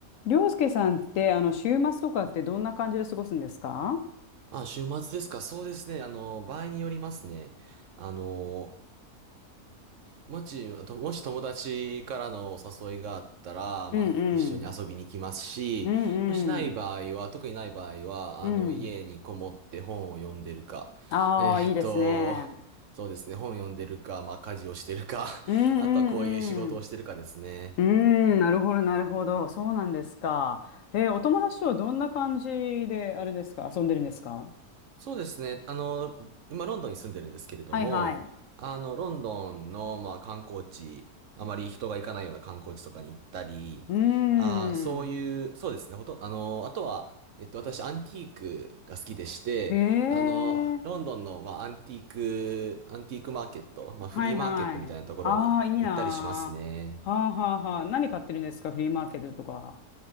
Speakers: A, on the left (about 65°); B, on the right (about 65°).
A: りょうすけさんって、あの、週末とかってどんな感じで過ごすんですか
B: あ、週末ですか。そうですね。あの、場合によりますね。あの、もし、あともし友達からのお誘いがあったら、
A: うんうん。
B: まあ、一緒に遊びに行きますし、
A: うんうん。
B: もしない場合は、特にない場合は、
A: うん。
B: あの、家にこもって本を読んでるか、
A: ああ、
B: えーっと、
A: いいですね。
B: そうですね。本読んでるか、まあ、家事をしてるか、
A: うんうんうん。
B: <laughs> あとはこういう仕事をしてるかですね。
A: うーん、なるほど、なるほど。そうなんですか。へえ、お友達とはどんな感じで、あれですか、遊んでるんですか
B: そうですね。あの、今、ロンドンに住んでるんですけれども、
A: はいはい。
B: あの、ロンドンの、まあ、観光地、あまり人が行かないような観光地とかに行ったり、
A: うーん。
B: あーそういう、そうですね。ほとん、あの、あとは、えっと、私、アンティークが好きでして、
A: へえ、
B: あの、ロンドンの、まあ、アンティーク、アンティークマーケット、まあ、
A: はいはい。
B: フリーマーケットみたいなところに行ったりしますね。
A: ああ、いいなー。はあはあはあ。何買ってるんですか、フリーマーケットとか。